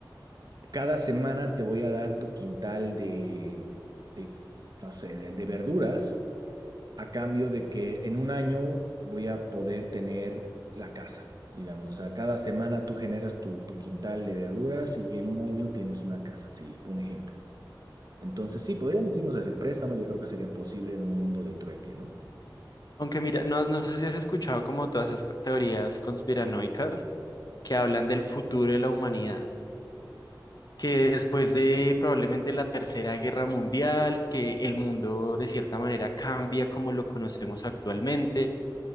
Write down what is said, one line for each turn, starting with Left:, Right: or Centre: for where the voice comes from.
Right: cada semana te voy a dar tu quintal de, de no sé, de de verduras a cambio de que en un año voy a poder tener la casa, digamos. O sea, cada semana tú generas tu, tu quintal de verduras y en un año tienes una casa, sí, un ejemplo. Entonces, sí, podríamos irnos hacia el préstamo, yo creo que sería posible en un mundo de trueque, ¿no?
Left: Aunque mira, no, no sé si has escuchado como todas esas co- teorías conspiranoicas que hablan del futuro de la humanidad. que después de probablemente la Tercera Guerra Mundial, que el mundo de cierta manera cambia como lo conocemos actualmente,